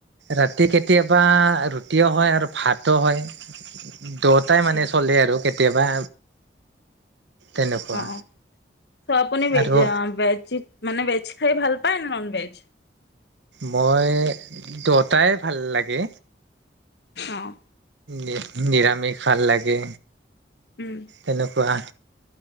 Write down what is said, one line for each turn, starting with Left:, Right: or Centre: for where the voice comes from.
Right: ৰাতি কেতিয়াবা ৰুটিও হয় আৰু ভাতো হয়। <inaudible> দোটাই
Left: আচ্ছা।
Right: মানে চলে আৰু কেতিয়াৱা তেনেকুৱা
Left: অ অ চ আপুনি ভেজ
Right: আৰু
Left: <unintelligible> মানে ভেজ খাই ভাল পায় নে নন-ভেজ?
Right: মই, দুতাই ভাল লাগে।
Left: অ'।
Right: নি নিৰামিষ ভাল লাগে।
Left: উম
Right: তেনেকুৱা